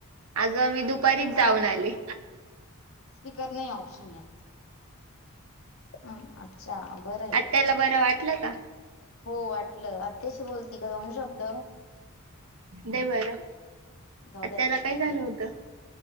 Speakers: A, on the right; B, on the left.
A: आज व आम्ही दुपारीच
B: अ
A: जाऊन आली.
B: स्पीकर नाही ऑप्शन याला. अ अच्छा बरं आहे.
A: त्याला बरं वाटलं का?
B: हो वाटलं आत्यशी बोलती का दोन शब्द?
A: दे बरं
B: जाऊ
A: आत्याला
B: द्या आता ती
A: काय
B: तिकडे
A: झालं होतं?